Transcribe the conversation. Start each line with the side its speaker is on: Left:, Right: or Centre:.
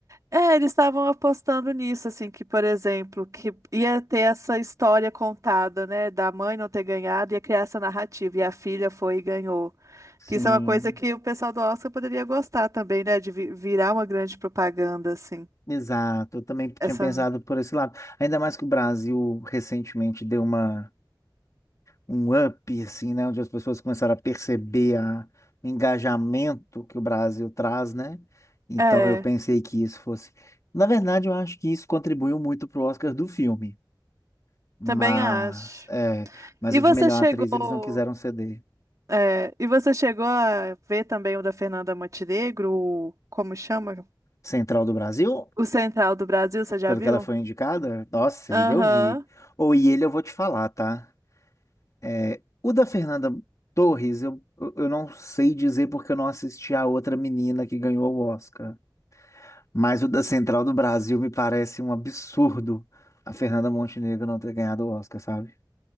Right: É, eles estavam apostando nisso, assim, que, por exemplo, que ia ter essa história contada, né? Da mãe não ter ganhado, ia criar essa narrativa, e a filha foi e ganhou.
Left: Sim.
Right: Que isso é uma coisa que o pessoal do Oscar poderia gostar também, né? De vi- virar uma grande propaganda, assim.
Left: Exato, eu também tinha
Right: Essa.
Left: pensado por esse lado. Ainda mais que o Brasil recentemente deu uma, um up, assim, né? Onde as pessoas começaram a perceber a, o engajamento que o Brasil traz, né? Então
Right: É,
Left: eu pensei que isso fosse. Na verdade, eu acho que isso contribuiu muito pro Oscar do filme. Mas,
Right: também acho.
Left: é, mas
Right: E
Left: o
Right: você
Left: de melhor
Right: chegou.
Left: atriz eles não quiseram ceder.
Right: é, e você chegou a ver também o da Fernanda Montenegro, o, como chama?
Left: Central do Brasil,
Right: O Central do Brasil, você já
Left: pelo
Right: viu?
Left: que ela foi indicada, nossa,
Right: Aham.
Left: ele eu vi. Ou e ele eu vou te falar, tá? É, o da Fernanda Torres, eu, eu eu não sei dizer porque eu não assisti a outra menina que ganhou o Oscar. Mas o da Central do Brasil me parece um absurdo a Fernanda Montenegro não ter ganhado o Oscar, sabe?